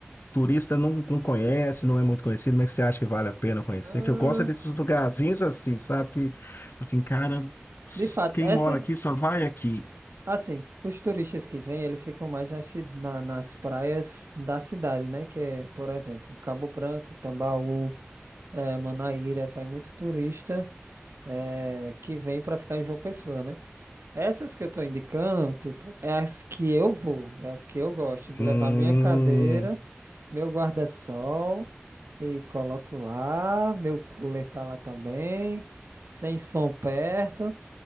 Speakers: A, on the left; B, on the right.
A: turista não, não conhece, não é muito conhecido, mas você acha que vale a pena conhecer?
B: Ah,
A: Que eu gosto é desses lugarzinhos assim, sabe? Que, assim, cara,
B: de fato,
A: quem
B: essa,
A: mora aqui só vai aqui.
B: assim, os turistas que vêm, eles ficam mais nas, ci- na- nas praias da cidade, né? Que é, por exemplo, Cabo Branco, Tambaú, eh, Manaíra, vai muito turista eh, que vem para ficar em João Pessoa, né? Essas que eu tô indicando, tipo, é as que eu vou, é as que eu gosto de
A: Hum,
B: levar minha cadeira, meu guarda-sol e coloco lá, meu cooler tá lá também, sem som perto,